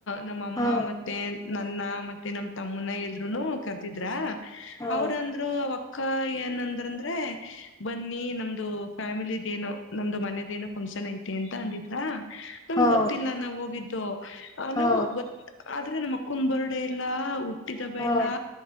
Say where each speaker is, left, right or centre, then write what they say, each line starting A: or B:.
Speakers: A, on the left (about 60°); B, on the left (about 15°).
A: ನಮ್ಮಮ್ಮ
B: ಹಾ
A: ಮತ್ತೆ ನನ್ನ ಮತ್ತೆ ನಮ್ ತಮ್ಮನ ಎಲ್ರುೂನು ಕರ್ದಿದ್ರ
B: ಹಾ
A: ಅವ್ರಂದ್ರು ಆವಕಅಕ್ಕ ಏನಂದ್ರಂದ್ರೆ ಬನ್ನಿ ನಮ್ದು ಫ್ಯಾಮಿಲಿಿದಏನೋ ನಮ್ದು ಮನದೇಏನೋ ಫಂಕ್ಷನ್ ಐತೆ ಅಂತ ಅಂದಿದ್ರಾ ನಮ್
B: ಹಾ
A: ಗೊತ್ತಿಲ್ಲ ನಾವ್ ಹೋಗಿದ್ದು
B: ಹಾ
A: ನಾವು ಗೊ ಆದ್ರೆ ನಮ್ಮ ಹಕಂಬರ್ಡೆ ಎಲ್ಲಾ ಹುಟ್ಟಿದಬ
B: ಹಾ
A: ಎಲ್ಲಾ